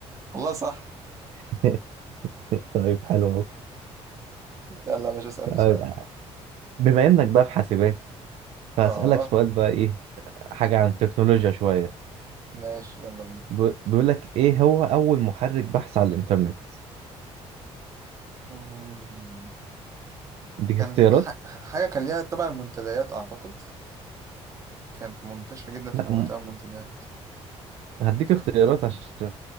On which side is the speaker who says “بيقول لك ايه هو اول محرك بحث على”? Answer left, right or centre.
Right